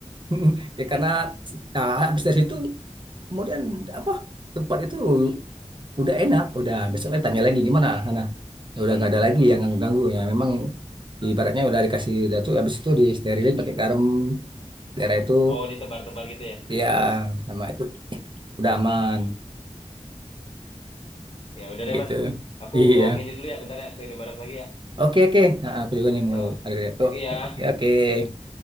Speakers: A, on the right; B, on the left.
A: <laughs> Ya karena nah, habis dari situ kemudian apa? Tempat itu udah enak, udah besok lagi tanya lagi gimana. Nah, ya udah nggak ada lagi yang ganggu-ganggu ya. Memang ibaratnya udah dikasih udah tuh habis itu disterilin pakai garam daerah itu
B: Oh, ditebar-tebar gitu ya.
A: ya nama itu udah aman
B: Ya udah
A: kayak
B: deh
A: gitu.
B: Mas. Aku
A: Iya.
B: mau ke ini dulu ya, bentar ya ke Indomaret lagi ya.
A: Oke, oke. Nah, aku juga nih
B: Yuk.
A: mau ada oh,
B: Thank you
A: oke.
B: ya.
A: oke.